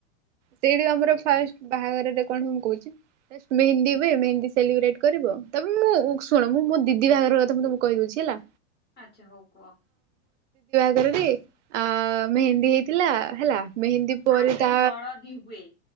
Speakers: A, on the right (about 85°); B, on the left (about 20°).
A: ସେଇଟୁ ଆମର ଫାଷ୍ଟ ବାହାଘରରେ କଣ ହୁଏ ମୁଁ କହୁଚି। ଫାଷ୍ଟ ମେହେନ୍ଦୀ ହୁଏ ମେହେନ୍ଦୀ ସେଲିବ୍ରେଟ କରିବ। ତମେ ମୁଁ ଶୁଣ ମୁଁ ମୋ ଦିଦି ବାହାଘର କଥା ମୁଁ ତମକୁ କହିଦଉଚି ହେଲା।
B: ଆଚ୍ଛା ହଉ କୁହ।
A: <unintelligible> ରେ ଆ ମେହେନ୍ଦୀ ହେଇଥିଲା ହେଲା ମେହେନ୍ଦୀ ପରେ
B: ଆଗେ
A: ତା
B: ହଳଦୀ ହୁଏ